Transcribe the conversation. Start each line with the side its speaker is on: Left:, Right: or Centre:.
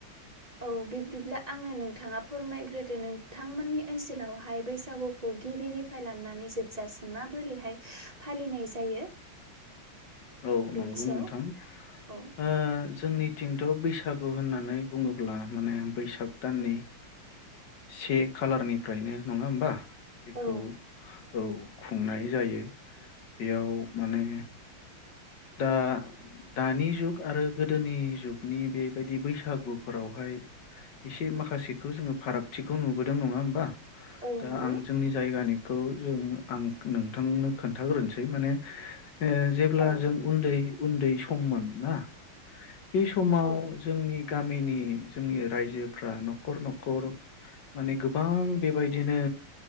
Right: औ बिब्दिब्ला आंनो नोंथांङा फोरमायग्रोदो नोंथांमोननि ओनसोलावहाय बैसागुखौ गिबिनिफ्राय लाबनानै जोबजासिम माबोरैहाय फालिनाय जायो
Left: औ
Right: बेनि
Left: नंगौ
Right: सायाव
Left: नोंथां
Right: औ
Left: ओ जोंनिथिंथ बैसागु होननानै बुङोब्ला माने बैसाग दाननि से खालारनिफ्रायनो नङा होमबा बेखौ
Right: औ
Left: औ खुंनाय जायो बेयाव माने दा दानि जुग आरो गोदोनि जुगनि बेबायदि बैसागुफोरावहाय एसे माखासेखौ जोङो फारागथिखौ नुबोदों नङा होमबा।
Right: औ
Left: दा
Right: नंगौ
Left: आं जोंनि जायगानिखौ जों आं नोंथांनो खोन्थ खोनथाग्रोनोसै माने ओ जेब्ला
Right: औ
Left: जों दै उन्दै सममोन ना बे समाव
Right: औ
Left: जोंनि गामिनि जोंनि रायजोफ्रा न'खर न'खर माने गोबां बेबायदिनो